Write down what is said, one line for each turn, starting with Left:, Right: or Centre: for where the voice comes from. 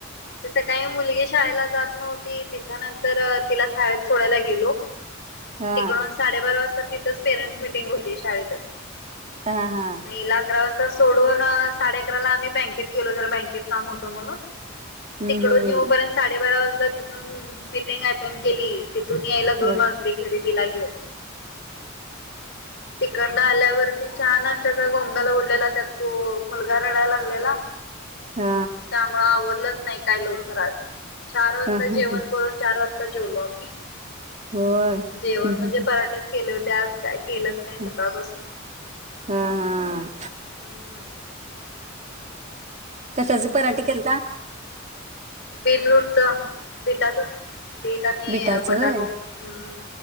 Left: ते सकाळी मुलगी शाळेला जात नव्हती तिच्यानंतर तिला शाळेत सोडायला गेलो
Right: हा
Left: तिकडून साडेबारा वाजता तिथच पेरेंट्स मिटिंग होती शाळेतच
Right: हा हा
Left: मग हिला अकरा वाजता सोडून साडे अकराला आम्ही बँकेत गेलो जरा बँकेत काम होतो म्हणून
Right: हम्म
Left: तिकडच
Right: हम्म.
Left: येऊ पर्यंत साडेबारा वाजला तिथून मिटिंग केली तेिथून यायला दोन
Right: हा
Left: वाजले घरी तिला घेऊन तिकंड आल्यावर चहा नाष्ट्याचा घोमंगाला उडलेला त्यात तो मुलगा रडायला लागलेला
Right: हा
Left: त्यामुळ आवरलंच नाही काय लवकर आज चार वाजता
Right: हा हा.
Left: जेवण करून चार वाजता जेवलो आम्ही
Right: होय.
Left: जेवण
Right: हम्म हम्म
Left: म्हणजे पराठेच केले होते आज काय केलंच नाही सकाळपासून
Right: हम्म. हा हा
Left: हम
Right: कशाचे पराठे केलता
Left: बीटरूट च बीटाच बट आणि
Right: बिटाच
Left: बटाटो
Right: होय
Left: हम्म